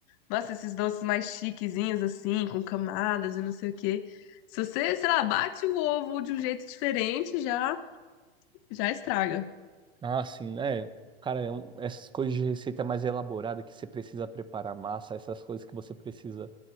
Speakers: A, on the left (about 45°); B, on the right (about 15°).
A: Nossa, esses doces mais chiquezinhos, assim, com camadas e não sei o quê. Se você, sei lá, bate o ovo de um jeito diferente, já, já estraga.
B: Ah, ah, sim, né? Cara, é um- essas coisas de receita mais elaborada que você precisa preparar massa, essas coisas que você precisa